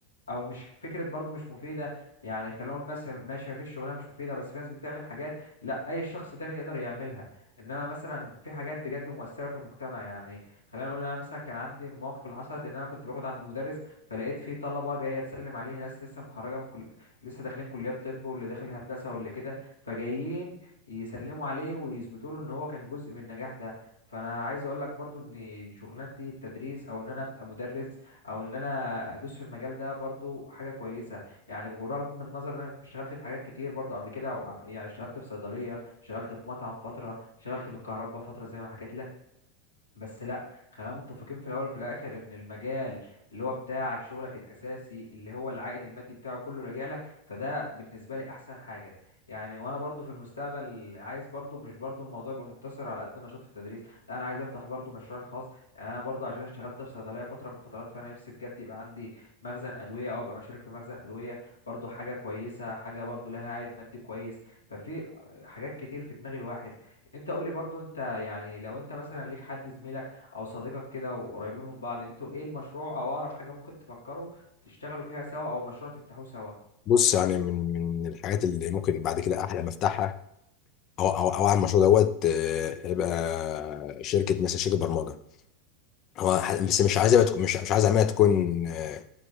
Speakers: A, on the left; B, on the left.
A: او مش فكره برضو مش مفيده يعني خلينا نقول مثلا ماشي مفيش شغلانه مش مفيده بس في ناس بتعمل حاجات لا اي شخص تاني يقدر يعملها انما مثلا في حاجات بجد مؤثره في المجتمع يعني خلينا نقول انا مثلا كان عندي مواقف اللي حصلت ان انا كنت باخد عند مدرس فلقيت في طلبه جايه تسلم عليه ناس لسه متخرجه من كل لسه داخلين كليه طب واللي داخل هندسه واللي كده فجايين يسلموا عليه ويثبتوا له ان هو كان جزء من النجاح ده فانا عايز اقول لك برضو ان شغلانتي التدريس او ان انا ابقى مدرس او ان انا ادوس في المجال ده برضو حاجه كويسه يعني برغم النظر ان انا اشتغلت في حاجات كتير برضو قبل كده وع- يعني اشتغلت في صيدليه اشتغلت في مطعم فتره اشتغلت في الكهرباء فتره زي ما حكيت لك بس لا خلينا متفقين في الاول وفي الاخر ان المجال اللي هو بتاعك شغلك الاساسي اللي هو العائد المادي بتاعه كله راجع لك فده بالنسبه لي احسن حاجه يعني وانا برضو في المستقبل عايز برضو مش برضو الموضوع يبقى مقتصر على قد نشاط في التدريس لا انا عايز افتح برضو مشروع خاص يعني انا برضو عشان اشتغلت في صيدليه فتره من الفترات فانا نفسي بجد يبقى عندي مخزن ادويه او ابقى مشارك في مخزن ادويه برضو حاجه كويسه حاجه برضو لها عائد مادي كويس ففي حاجات كتير في دماغ الواحد انت قول لي برضو انت يعني لو انت مثلا ليك حد زميلك او صديقك كده وقريبين من بعض انتوا ايه المشروع او اقرب حاجة ممكن تفكروا تشتغلوا فيها سوا او مشروع تفتحوه سوا
B: بص يعني من من الحاجات اللي ممكن بعد كده احلم افتحها هو هو هو عامل المشروع دوت آه، هيبقى شركه مثلا شركه برمجه هو ح- بس مش عايز يبقى تكون- مش مش عايز اعملها تكون آه،